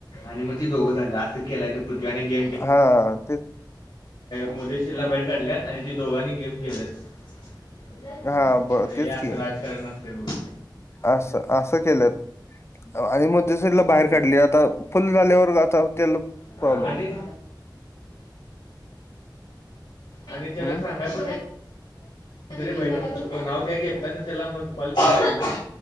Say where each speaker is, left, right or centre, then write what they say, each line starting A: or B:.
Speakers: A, on the left (about 75°); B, on the left (about 35°).
A: आणि मग त दोघं झाली असं केलाय ते पृथ्वी्यान गेम केला.
B: हा.
A: मुदेशीरला बाहेर काढल्यात आणि ती दोघांनी गेम केल्यात. आणि
B: हां, ब
A: हे
B: तेच
A: असं
B: की
A: राजकारण असते बघ.
B: असं असं केल्यात. आणि मग मुद्दे शिरला बाहेर
A: अं,
B: काढली आता फुल झाल्यावर आता त्याला
A: अं,
B: प्रॉब्लेम.
A: आणि आणि त्याला
B: हं,
A: सांगाय प
B: <inaudible>
A: रेई तो नाव द्या गेलात ना त्याला मग कॉल कर ना.